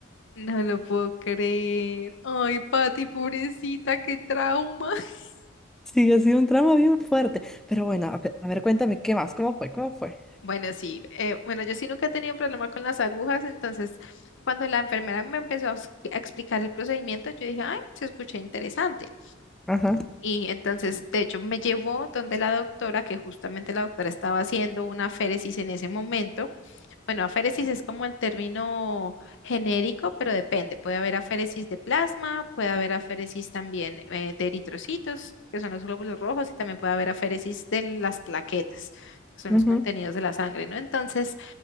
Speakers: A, on the left; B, in the centre.
A: no lo puedo creer. Ay, Pati, pobrecita, qué trauma. <laughs>
B: Sí, ha sido un tramo bien fuerte, pero
A: Ay.
B: bueno, a ver, a ver, cuéntame, ¿qué más? ¿Cómo fue? ¿Cómo fue?
A: Bueno, sí, eh, bueno, yo sí nunca he tenido problema con las agujas, entonces cuando la enfermera me empezó a ex- a explicar el procedimiento, yo dije, ay, se escucha interesante.
B: Ajá,
A: Y entonces, de hecho, me llevó donde la doctora, que justamente la doctora estaba haciendo una féresis en ese momento. Bueno, aféresis es como el término genérico, pero depende. Puede haber aféresis de plasma, puede haber aféresis también eh, de eritrocitos, que son los glóbulos rojos, y también puede haber aféresis de las plaquetas, que son
B: ujú,
A: los contenidos de la sangre, ¿no? Entonces,